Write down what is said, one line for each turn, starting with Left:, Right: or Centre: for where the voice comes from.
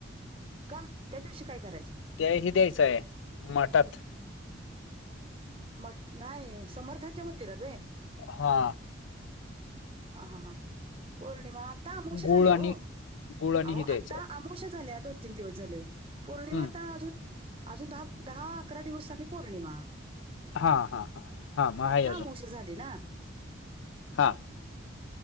Right: का त्या दिवशी काय करायचंय?
Left: त्या हे द्यायचंय माठात.
Right: मट नाही समर्थांच्या मंदिरात वय.
Left: हा.
Right: हा, हा, हां. पौर्णिमा आता अमोवशा
Left: गूळ
Right: झालीया
Left: आणि
Right: हो.
Left: गूळ आणि
Right: आहो
Left: हे द्यायचं
Right: आता अम आमुशा झालीया दोन तीन दिवस झालं. पौर्णिमा
Left: हम्म
Right: आता अजून अजून दहा दहा अकरा दिवसांनी पौर्णिमा.
Left: हा हा हा हा मग आहे
Right: आत्ता अमावशा झाली ना.
Left: हां.